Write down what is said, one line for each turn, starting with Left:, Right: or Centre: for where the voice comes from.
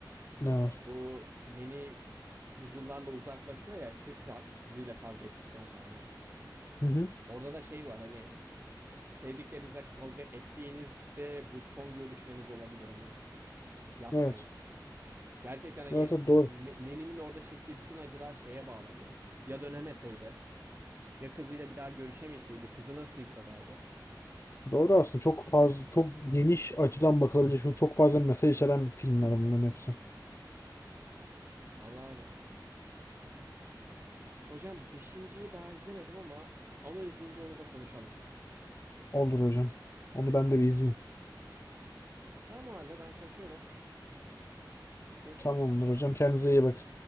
Left: ne var?
Right: Bu Manny buzullarla uzaklaşıyor ya kı- kı- kızıyla kavga ettikten sonra.
Left: Hı hı.
Right: Orada da şey var hani sevdiklerinizle kavga ettiğinizde bu son görüşmeniz olabilir. Hani yapmayın.
Left: Evet.
Right: Gerçekten hani
Left: Evet, evet doğru.
Right: Me- Manny'nin orada çektiği bütün acılar şeye bağlanıyor. Ya dönemeseydi, ya kızıyla bir daha görüşemeseydi, kızı nasıl hissederdi?
Left: Doğru aslında çok fazla çok geniş açıdan bakılabilecek çok fazla mesaj içeren filmler bunların hepsi.
Right: Vallahi öyle. Hocam beşinciyi daha izlemedim ama onu izleyince onu da konuşalım.
Left: Olur hocam. Onu ben de bir izleyeyim.
Right: Tamam o halde ben kaçıyorum. Görüşürüz.
Left: Tamamdır hocam. Kendinize iyi bakın.